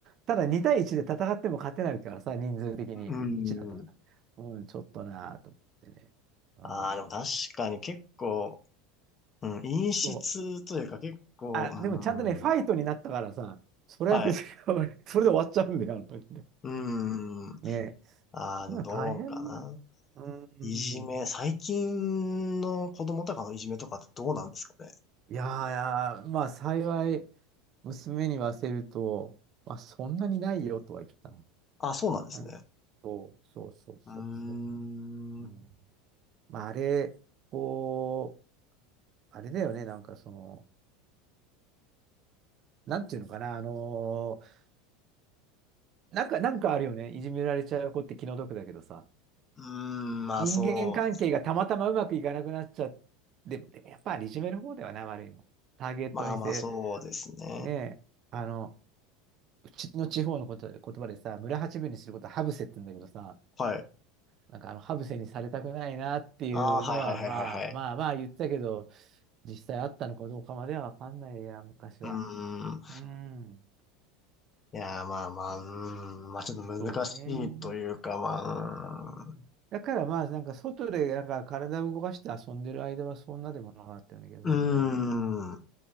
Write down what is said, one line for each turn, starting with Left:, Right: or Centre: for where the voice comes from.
Right: ただ2対1で戦っても勝てないからさ、人数的に1だったから。
Left: うん。
Right: うん、ちょっとなぁと思ってね。うん。
Left: ああ、でも確かに結構、うん、陰湿というか結構、
Right: そう。あ、
Left: うん。
Right: でもちゃんとね、ファイトになったからさ、それは別に
Left: はい。
Right: <laughs> それで終わっちゃうんだよ、あの時で。
Left: うん。
Right: ね。
Left: ああ、でもどうかな。
Right: 今大変な。うん。
Left: いじめ、最近の子供とかのいじめとかってどうなんですかね。
Right: いやー、まあ幸い、娘に言わせると、まあそんなにないよとは言ったな。
Left: あ、そうなんですね。
Right: うん。そう、そう、そう、
Left: うーん。
Right: そう、そう。うん、
Left: う
Right: まああれ、こう、あれだよね、なんかその、なんていうのかな、あのーなんか、なんかあるよね、いじめられちゃう子って気の毒だけどさ、
Left: ーん、まあそう。
Right: 人間関係がたまたまうまくいかなくなっちゃって、でも、でもやっぱりいじめる方ではない、悪いの。ターゲットにして、
Left: まあまあそうですね。
Right: ねあの、うちの地方のこと言葉でさ、村八分にすることはハブセって言うんだけどさ、
Left: はい。
Right: なんかあのハブセにされたくないなっていうのは、
Left: ああ、はいはいはいはいはい。
Right: まあまあまあ言ってたけど、実際あったのかどうかまではわかんないや、昔は。
Left: うーん。
Right: うん、
Left: いやー、まあまあ、うーん、まあちょっと難しいというか、
Right: そうね。
Left: まあ、
Right: うんだからまあ、なんか外でなんか体を動かして遊んでる間はそんなでもなかったような気がするので、
Left: うーん、うーん